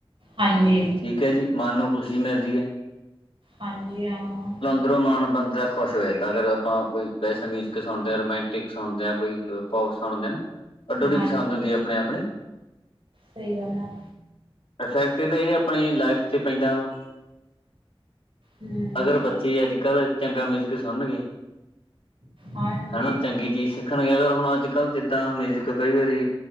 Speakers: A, on the right (about 65°); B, on the left (about 65°).
A: ਹਾਂਜੀ।
B: ਠੀਕ ਐ ਜੀ, ਮਨ ਨੂੰ ਖੁਸ਼ੀ ਮਿਲਦੀ ਐ।
A: ਹਾਂਜੀ ਹਾਂ।
B: ਫੇਰ ਓ ਮਣ ਬੰਦੇ ਦਾ ਖੁਸ਼ ਹੋ ਜਾਂਦਾ ਅਗਰ ਆਪਾਂ ਕੋਈ ਵੈਸੇ ਮਿਊਜਿਕ ਸੁਣਦੇ, ਰੋਮਾਂਟਿਕ ਸੁਣਦੇ ਆਂ ਕੋਈ ਅ <unintelligible> ਸੁਣਦੇ ਨਾ, ਅੱਡੋ ਅਡੀ
A: ਹਾਂ
B: ਪਸੰਦ ਹੁੰਦੀ ਆਪੋ ਆਪਣੀ।
A: ਸਈ ਗੱਲ ਐ।
B: ਇਫੈਕਟ ਏਦਾ ਏ ਆਪਣੀ ਲਾਈਫ 'ਚ ਪੈਂਦਾ ਵਾ।
A: ਹੂੰ।
B: ਅਗਰ ਬੱਚੇ ਅੱਜ-ਕੱਲ ਚੰਗਾ ਮਿਊਜਿਕ ਸੁਣਨਗੇ
A: ਹਾਂਜੀ
B: ਹਨਾ ਚੰਗੀ ਚੀਜ਼ ਸਿੱਖਣਗੇ ਅਗਰ ਹੁਣ ਅੱਜ-ਕੱਲ ਜਿਦਾਂ ਮਿਊਜ਼ਿਕ ਕਈ ਵਾਰੀ